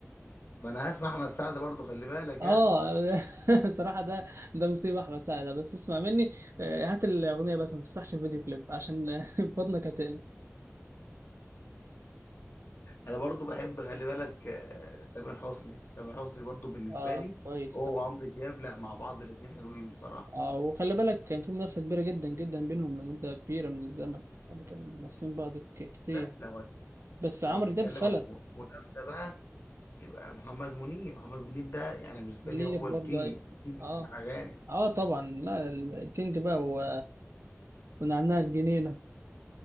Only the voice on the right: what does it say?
اه
<laughs> بصراحه ده ده مصيبه احمد سعد ده. بس اسمع مني آه، هات الاغنيه بس ما تفتحش الفيديو كليب عشان <laughs> بطنك هتقلب
اه
كويس
طب
آه وخلي بالك كان في منافسة كبيرة جدا جدا بينهم لمدة كبيرة من الزمن يعني كانوا منافسين بعض ك- كتير
بس عمرو
دياب فلت
منير
برضه
أيوة
اه
اه طبعا لا ال- الكينج بقى و... ونعناع الجنينة